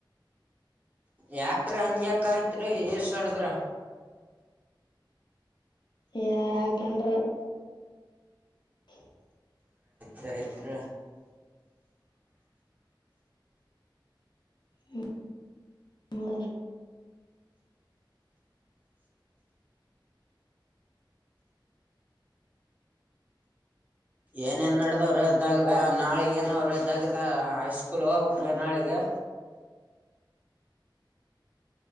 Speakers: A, on the right; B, on the left.
A: ಯಾಕ್ರಿ ಹಂಗ್ಯಾಕಾಯತ್ರಿ ಏ ಸ ಹೊಡದ್ರ
B: ಯಾಕನ್ <unintelligible>
A: ಚೈತ್ರ
B: ಹ್ಮ ಮ
A: ಏನೇನ್ ನಡ್ದವ್ರೆ ದಗ್ದ ನಾಳಗ ಏನವ್ರೆ ದಗ್ದ ಹೈಸ್ಕೂಲ್ ಹೋಗಕ್ ರ ನಾಳಿಗೆ